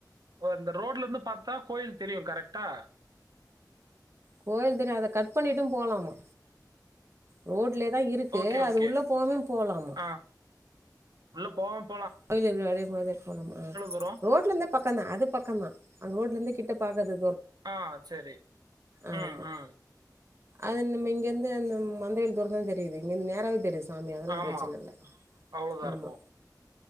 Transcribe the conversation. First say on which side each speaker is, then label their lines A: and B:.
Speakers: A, on the right; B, on the right.
A: ஓ இந்த ரோட்ல இருந்து பாத்தா கோயில் தெரியு கரெக்டா
B: கோயில் தெரியு அத கட் பண்ணிட்டு போலாமா ரோட்லே தா இருக்கு
A: ஓகே,
B: அது
A: ஓகே.
B: உள்ள போனா போலாமா
A: ஆ. உள்ள போம்
B: கோயில போதே போனல
A: தூரம்?
B: ரோட்ல இருந்தே பக்கம் தா அது பக்கம்தா அங்க ரோட்ல இருந்தே கிட்ட பாக்காதது
A: ஆ சேரி
B: ஆமா
A: உ உ
B: அது நம்ம இங்கிருந்து அந்த மந்தவ தூரம்தா தெரியுது இங்க நேராவே தெரியுது சாமி அதெல்லா
A: ஆமா.
B: பிரச்சன இல்ல
A: அவ்வளோதான்
B: ஆமா
A: இருக்கும்.